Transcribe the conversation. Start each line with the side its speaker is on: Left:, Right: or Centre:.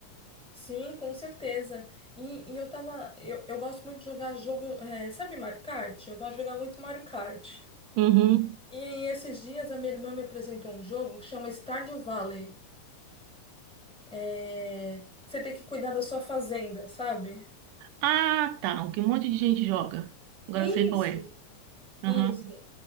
Centre: Sim, com certeza. E, e eu tava. Eu, eu gosto muito de jogar jogo. eh, sabe Mario Kart? Eu gosto de jogar muito Mario Kart.
Right: Uhum.
Centre: E aí, esses dias, a minha irmã me apresentou um jogo que chama Stardew Valley. É, você tem que cuidar da sua fazenda, sabe?
Right: Ah, tá. O que um monte de gente joga. Agora
Centre: Isso,
Right: eu sei qual é.
Centre: isso.
Right: Aham.